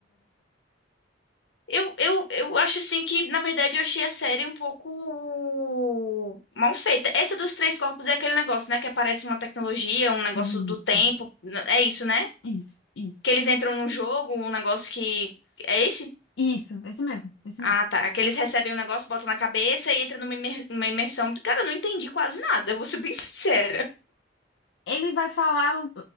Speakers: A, on the left (about 70°); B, on the left (about 80°).
A: Eu, eu, eu acho assim que, na verdade, eu achei a série um pouco mal feita. Essa dos três corpos é aquele negócio, né? Que aparece uma tecnologia, um negócio
B: Isso,
A: do tempo. n- É isso, né?
B: isso, isso,
A: Que eles entram num jogo, um negócio que. É esse?
B: isso, esse mesmo, esse
A: Ah,
B: mesmo.
A: tá. Que eles recebem um negócio, botam na cabeça e entra numa imer- uma imersão. Cara, eu não entendi quase nada, eu vou ser bem <laughs> sincera.
B: Ele vai falar, um-